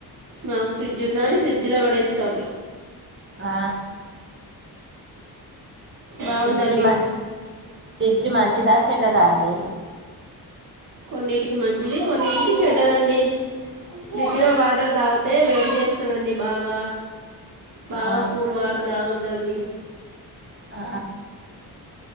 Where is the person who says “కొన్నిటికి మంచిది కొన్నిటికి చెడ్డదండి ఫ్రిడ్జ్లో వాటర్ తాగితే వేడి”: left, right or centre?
Right